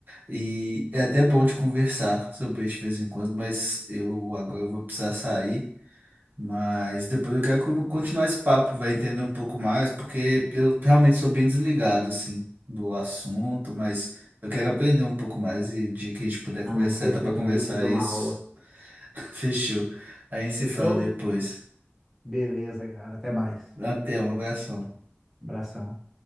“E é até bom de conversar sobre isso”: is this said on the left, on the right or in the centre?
Right